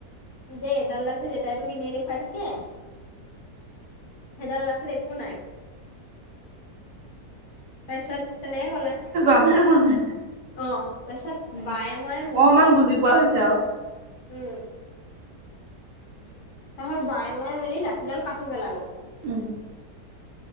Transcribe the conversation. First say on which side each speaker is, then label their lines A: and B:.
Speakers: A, on the left; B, on the right.
A: যে এইডাল লাঠি দেটাইতোক ইনেই দেখুৱাই থাকে। সেইডাল লাঠিত একো নাই। তাৰচিত তেনেকে কলে।
B: আমাৰ হোৱা নাই। <unintelligible>
A: অ, তাৰপিছত বায়ে মই
B: কিমান বুজি পোৱা হৈছে আও।
A: উম'য়ক। তাহজ বায়ে ময়ে মিলি লাঠিডাল কাটি পেলালো।
B: উম।